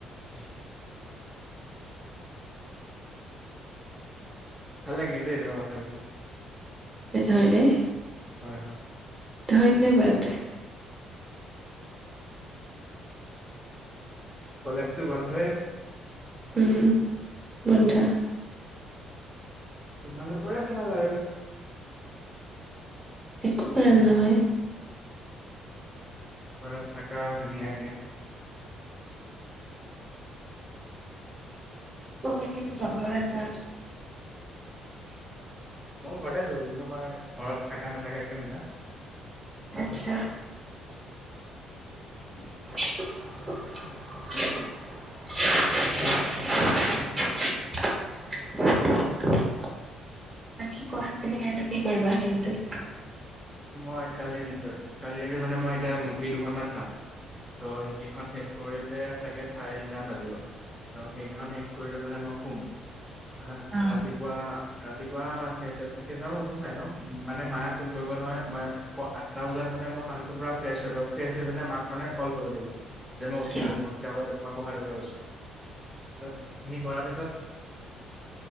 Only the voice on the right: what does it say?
হয়নে?
ধন্যবাদ
উম বন্ধ
একো ভাল নহয়
তুমি কিন্তু জংঘল আছা।
আচ্ছা।
<unintelligible> <unintelligible> বাকী কোৱা তুমি আজি কি কৰিবা দিনটোত?
অ
কিয়